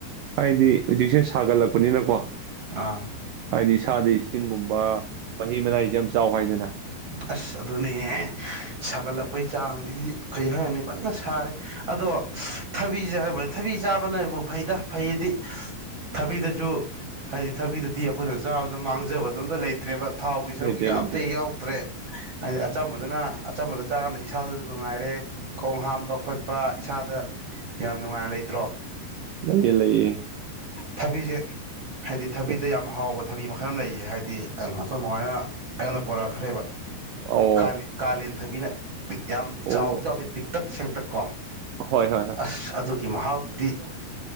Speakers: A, on the right; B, on the right.
A: ꯍꯥꯏꯗꯤ ꯍꯧꯖꯤꯛꯁꯦ ꯁꯥꯒꯠꯂꯛꯄꯅꯤꯅꯀꯣ
B: ꯑꯥ
A: ꯍꯥꯏꯗꯤ ꯁꯥꯗꯤ ꯁꯤꯡꯒꯨꯝꯕ ꯃꯍꯤ ꯃꯅꯥꯏ ꯌꯥꯝ ꯆꯥꯎ ꯍꯥꯏꯗꯨꯅ꯫
B: ꯑꯁ ꯑꯗꯨꯅꯦ꯫ ꯁꯥꯒꯠꯂꯛꯄꯩ ꯆꯥꯡꯁꯤꯗꯤ ꯀꯩ ꯍꯥꯏꯔꯅꯤ ꯐꯖꯅ ꯁꯥꯔꯦ ꯑꯗꯣ ꯊꯕꯤꯁꯦ ꯍꯥꯏꯕꯅꯤ ꯊꯕꯤ ꯆꯥꯕꯅꯕꯨ ꯐꯩꯗ ꯐꯩꯗꯤ ꯊꯕꯤꯗꯖꯤ ꯍꯥꯏꯗꯤ ꯊꯕꯤꯗꯗꯤ ꯑꯩꯈꯣꯏꯅ ꯆꯥꯕꯗ ꯃꯥꯡꯖꯕꯗ ꯑꯝꯇ ꯂꯩꯇ꯭ꯔꯦꯕ꯫ ꯊꯥꯎꯒꯤ ꯁꯔꯨꯛ
A: ꯂꯩꯇꯦ
B: ꯀꯩꯀ
A: ꯂꯩꯇꯦ
B: ꯑꯝꯇꯥ ꯌꯥꯎ ꯍꯥꯏꯗꯤ ꯑꯆꯝꯕꯗꯨꯅ ꯑꯆꯝꯕꯗ ꯆꯥꯀꯥꯟꯗ ꯏꯁꯥꯗꯁꯨ ꯅꯨꯡꯉꯥꯏꯔꯦ ꯈꯣꯡ ꯍꯥꯝꯕ ꯈꯣꯠꯄ ꯏꯁꯥꯗ ꯌꯥꯝ ꯅꯨꯡꯉꯥꯏꯅ ꯂꯩꯇ꯭ꯔꯣ?
A: <inaudible>
B: ꯊꯕꯤꯖꯦ ꯍꯥꯏꯗꯤ ꯊꯕꯤꯗ
A: ꯑꯦ
B: ꯌꯥꯝ ꯍꯥꯎꯕ ꯊꯥꯕꯤ ꯃꯈꯜ ꯑꯃ ꯂꯩꯌꯦ ꯍꯥꯏꯗꯤ ꯑꯩꯈꯣꯏ ꯃꯥ ꯍꯤ ꯑꯩꯉꯣꯟꯗ ꯄꯣꯔꯛ ꯈꯔꯦꯕ
A: ꯑꯣ
B: ꯀꯥꯂꯦꯟ - ꯀꯥꯂꯦꯟ ꯊꯕꯤꯅ ꯌꯥꯝ
A: ꯑꯣ
B: ꯆꯥꯎꯗꯤ ꯆꯥꯎꯗꯦ ꯄꯤꯛꯇꯛ ꯁꯦꯡ ꯄꯨꯠꯇꯀꯣ꯫
A: ꯍꯣꯏ ꯍꯣꯏ ꯍꯣꯏ ꯑꯦ,
B: ꯑꯁ ꯑꯗꯨ ꯒꯤ ꯃꯍꯥꯎꯗꯨꯗꯤ